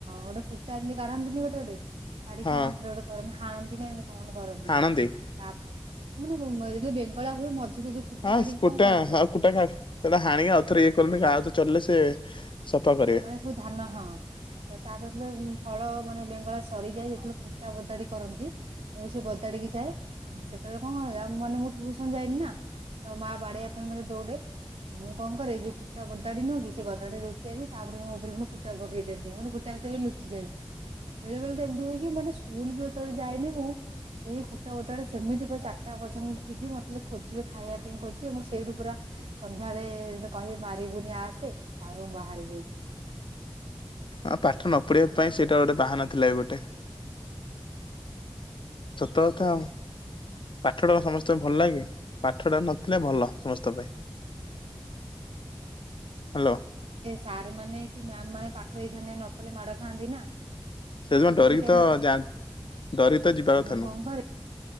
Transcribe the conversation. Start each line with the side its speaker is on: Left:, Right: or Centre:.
Right: ଗୋଟେ କୁଟା ଏମିତି କାଢନ୍ତିନି ଗୋଟେ ଗୋଟେ। କାଢିକି
Left: ହଁ
Right: କଣ ସେଟା ଗୋଟେ କରନ୍ତି ହାଣନ୍ତି ନା ଏମିତି କଣ କରନ୍ତି।
Left: ହାଣନ୍ତି
Right: ତାପରେ ମାନେ <unintelligible> ଯେତେବେଳେ ବେଙ୍ଗଳା ହୁଏ ମଝିରେ ଯୋଉ। କୁଟା
Left: ହଁ
Right: କାଢିକି
Left: ସେ କୁଟା
Right: କଣ କରନ୍ତି ସେଟା
Left: ଆଉ କୁଟା କାଢ଼ି ସେଟା ହାଣିକି ଆଉଥରେ ଇଏ <unintelligible> ଆଉଥରେ ଚଲିଲେ ସେ ସଫା କରେ।
Right: ମାନେ ସବୁ ଧାନ ହଁ ତ ତାପରେ <unintelligible> ହୁଁ। ହଳ ମାନେ ବେଙ୍ଗଳା ସରିଯାଏ ଯେତେବେଳେ କୁଟା ବଦାଡି କରନ୍ତି। ମୁଁ ସେ ବଦାଡି କି ଯାଏ ଉଁ ସେତେବେଳେ କଣ ହେଲା ମାନେ ମୁଁ ଟିଉସନ ଯାଇନି ନା। ତ ମା ବାଡେଇବା ପାଇଁ ମତେ ଦୌଡେ ମୁଁ କଣ କରେ ଏ ଯୋଉ କୁଟା ବଦାଡି ନୁହ କି ସେ ବଦାଡିରେ ଲୁଚି ଯାଇଥି ତାପରେ ମୋ ଉପରେ ପୁଣି କୁଟା ପକେଇ ଦିଅନ୍ତି ମାନେ କୁଟା ଭିତରେ ଲୁଚିଯାଉ। ବେଳେ ବେଳେ ତ ଏମିତି ହୁଏକି ମାନେ ସ୍କୁଲ ବି ଯେତେବେଳେ ଯାଏନି ମୁଁ। ସେଇ କୁଟା ବଦାଡିରେ ସେମିତି ପୁରା ଚାରିଟା ପର୍ଯ୍ୟନ୍ତ ଥିବି ମତଲେ ଖୋଜିବେ ଖାଇବା ପାଇଁ ଖୋଜିବେ ମୁଁ ସେଇଠୁ ପୁରା। ସନ୍ଧ୍ୟାବେଳେ କହିବେ ମାରିବୁନି ଆସେ ତାପରେ ମୁଁ ବାହାରେ ଯାଇକି।
Left: ଆ ପାଠ ନ ପଢ଼ିବା ପାଇଁ ସେଇଟା ଗୋଟେ ବାହାନା ଥିଲା ଗୋଟେ। ସତ କଥା। ପାଠଟା କଣ ସମସ୍ତକୁ ଭଲ ଲାଗେ? ପାଠଟା ନଥିଲେ ଭଲ ସମସ୍ତଙ୍କ ପାଇଁ। ହାଲୋ।
Right: ଏ ସାର୍ ମାନେ କି ମ୍ୟାମ୍ ମାନେ ପାଠ ଦେଇଇଥାନ୍ତି ନ କଲେ ମାଡ ଖାଆନ୍ତି ନା।
Left: ସେଦିନ ଡରିକି
Right: ମୁଁ ସେଇ ଟାଇମରେ
Left: ତ
Right: କଣ
Left: ଯାଆନ୍ତିି ଡରିକି ତ ଯିବା କଥା
Right: ମୁଁ
Left: ନୁହଁ।
Right: କଣ କରେ